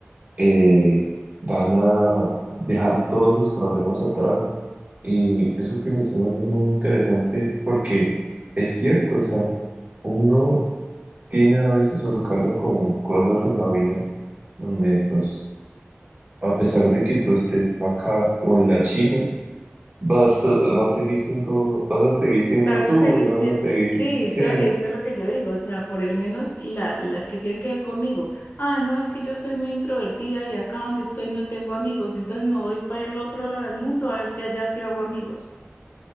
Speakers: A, on the right (about 35°); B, on the left (about 50°).
A: eh, van a dejar todos sus problemas atrás. Y eso que mencionas es muy interesante porque es cierto, o sea, uno tiene a veces su cargo con cosas en la vida donde, pues, a pesar de que tú estés acá o en la China, Vas, a- vas a seguir siendo, vas a seguir siendo
B: Vas a
A: tú
B: seguir
A: y vas
B: siendo,
A: a seguir,
B: sí,
A: sí,
B: eso, eso es lo que yo digo, o sea, por el menos la- las que tienen que ver conmigo. Ah, no, es que yo soy muy introvertida y acá donde estoy no tengo amigos, entonces me voy para el otro lado del mundo a ver si allá sí hago amigos.